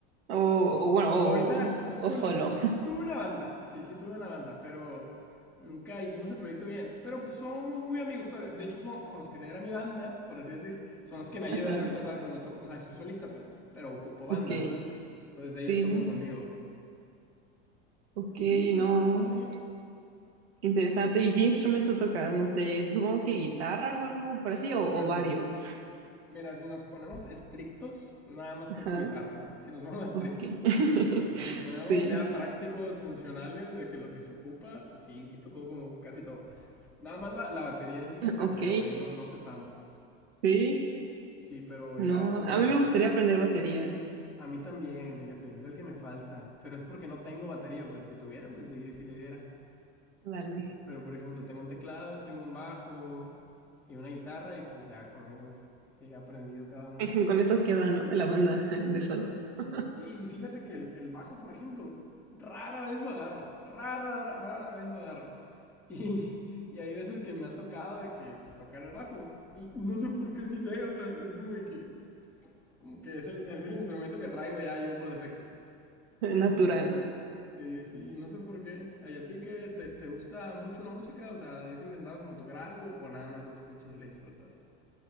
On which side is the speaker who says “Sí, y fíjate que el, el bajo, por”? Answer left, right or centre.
Centre